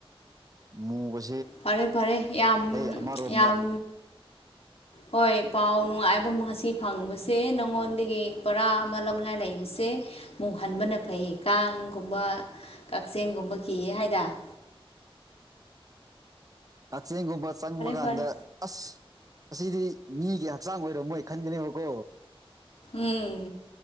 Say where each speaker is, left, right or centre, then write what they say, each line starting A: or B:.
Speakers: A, on the right; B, on the left.
A: ꯃ <unintelligible> <inaudible>
B: ꯐꯔꯦ ꯐꯔꯦ ꯌꯥꯝ
A: ꯑꯃꯔꯣꯝꯗ
B: ꯌꯥꯝ ꯍꯣꯏ ꯄꯥꯎ ꯅꯨꯡꯉꯥꯏꯕ ꯉꯁꯤ ꯐꯪꯕꯁꯦ ꯅꯪꯉꯣꯟꯗꯒꯤ ꯄꯔꯥ ꯑꯃ ꯂꯧꯅꯤꯡꯉꯥꯏ ꯂꯩꯕꯁꯦ ꯃꯨꯛ ꯍꯟꯕꯅ ꯐꯩꯌꯦ ꯀꯥꯡꯒꯨꯝꯕ ꯀꯛꯆꯤꯡꯒꯨꯝꯕ ꯤꯌꯦ ꯍꯥꯏꯗꯔꯦ
A: ꯀꯛꯆꯤꯡꯒꯨꯝꯕ ꯆꯪꯕ ꯀꯥꯟꯗ
B: ꯐꯔꯦ
A: ꯑꯁ ꯑꯁꯤꯗꯤ ꯃꯤꯒꯤ ꯍꯛꯆꯥꯡ ꯑꯣꯏꯔꯕꯣ ꯃꯣꯏ ꯈꯟꯒꯅꯦꯕꯀꯣ
B: ꯎꯝ